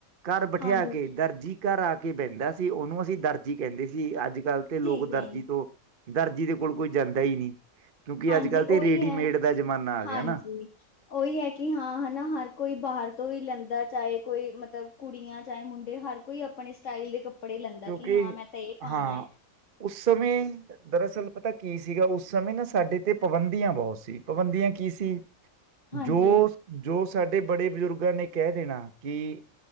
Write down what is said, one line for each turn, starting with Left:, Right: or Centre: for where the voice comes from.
Right: ਘਰ ਬਿਠਾ
Left: ਹਾਂਜੀ
Right: ਕੇ ਦਰਜੀ। ਘਰ ਆ ਕੇ ਬਹਿੰਦਾ ਸੀ, ਉਹਨੂੰ ਅਸੀਂ ਦਰਜੀ ਕਹਿੰਦੇ ਸੀ, ਅੱਜ ਕੱਲ੍ਹ
Left: ਠੀਕ
Right: ਤੇ ਲੋਕ ਦਰਜੀ
Left: ਹੈ ਜੀ
Right: ਤੋਂ, ਦਰਜੀ ਦੇ ਕੋਲ ਕੋਈ ਜਾਂਦਾ ਹੀ ਨਹੀਂ, ਕਿਉਂਕਿ
Left: ਹਾਂਜੀ
Right: ਅੱਜ-ਕੱਲ੍ਹ ਤੇ
Left: ਉਹੀ
Right: ਰੇਡੀਮੇਡ
Left: ਹੈ
Right: ਦਾ ਜ਼ਮਾਨਾ ਆ ਗਿਆ
Left: ਹਾਂਜੀ
Right: ਨਾ।
Left: ਉਹੀ ਹੈ ਕਿ ਹਾਂ ਹੈਨਾ, ਹਰ ਕੋਈ ਬਾਹਰ ਤੋਂ ਹੀ ਲੈਂਦਾ, ਚਾਹੇ ਕੋਈ ਮਤਲਬ ਕੁੜੀਆਂ ਚਾਹੇ ਮੁੰਡੇ, ਹਰ ਕੋਈ ਆਪਣੇ ਸਟਾਈਲ ਦੇ ਕੱਪੜੇ ਲੈਂਦਾ,
Right: ਕਿਉਂਕਿ
Left: ਕਿ ਹਾਂ ਮੈਂ ਤਾਂ ਇਹ ਪਾਉਣਾ
Right: ਹਾਂ
Left: ਹੈ।
Right: ਉਸ ਸਮੇਂ, ਦਰਅਸਲ ਪਤਾ ਕੀ ਸੀਗਾ, ਉਸ ਸਮੇਂ ਨਾ ਸਾਡੇ ਤੇ ਪਾਬੰਦੀਆਂ ਬਹੁਤ ਸੀ, ਪਾਬੰਦੀਆਂ ਕੀ ਸੀ। <unintelligible>
Left: ਹਾਂਜੀ
Right: ਜੋ ਜੋ ਸਾਡੇ ਬੜੇ ਬਜ਼ੁਰਗਾਂ ਨੇ ਕਹਿ ਦੇਣਾ, ਕਿ